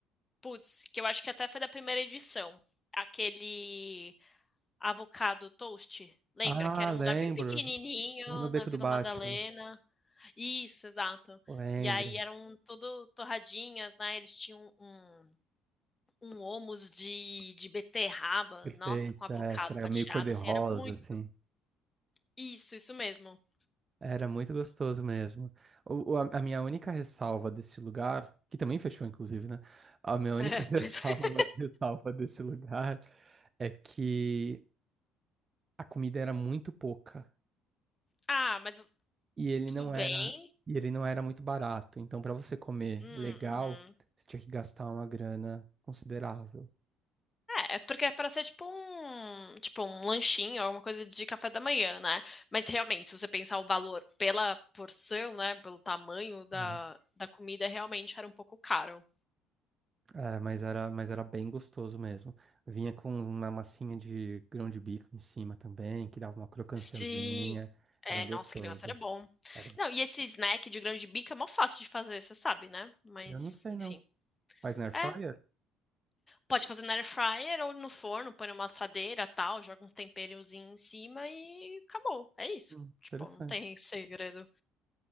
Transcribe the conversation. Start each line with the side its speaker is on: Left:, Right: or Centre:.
Left: Putz, que eu acho que até foi da primeira edição. Aquele avocado toast. Lembra
Right: Ah,
Left: que era
Right: lembro.
Left: um lugar bem pequenininho
Right: Lá no Beco
Left: na Vila
Right: do Batman.
Left: Madalena? Isso, exato.
Right: Lembro.
Left: E aí eram tudo torradinhas, né? Eles tinham um, um homus de, de beterraba,
Right: Perfeito.
Left: nossa, com avocado
Right: É, que era
Left: fatiado,
Right: meio cor-de-rosa,
Left: assim, era muito
Right: assim.
Left: gostoso. Isso, isso mesmo. <laughs>
Right: Era muito gostoso mesmo. O, o- a, a minha única ressalva desse lugar, que também fechou, inclusive, né? A minha única
Left: É,
Right: <laughs> ressalva,
Left: pois é.
Right: ressalva desse lugar é que a comida era muito pouca
Left: Ah, mas
Right: e ele
Left: tudo
Right: não
Left: bem?
Right: era, e ele não era muito barato. Então, para você comer
Left: Hum,
Right: legal,
Left: uhum.
Right: você tinha que gastar uma grana considerável.
Left: É, é porque é para ser tipo um, tipo um lanchinho, alguma coisa de café da manhã, né? Mas realmente, se você pensar o valor pela porção, né, pelo tamanho da,
Right: É,
Left: da comida, realmente era um pouco caro.
Right: é, mas era, mas era bem gostoso mesmo. Vinha com uma massinha de grão de bico em cima também, que dava uma crocânciazinha.
Left: Sim.
Right: Era
Left: É,
Right: gostoso.
Left: nossa, que negócio era bom.
Right: Cara,
Left: Não, e esse snack de grão de bico é mó fácil de fazer, você sabe, né? Mas,
Right: eu não sei
Left: enfim.
Right: não. Mas na Air
Left: É,
Right: Fryer?
Left: pode fazer na air fryer ou no forno, põe numa assadeira, tal, joga uns temperozinhos em cima e acabou. É isso.
Right: Hum,
Left: Tipo,
Right: interessante.
Left: não tem <laughs> segredo.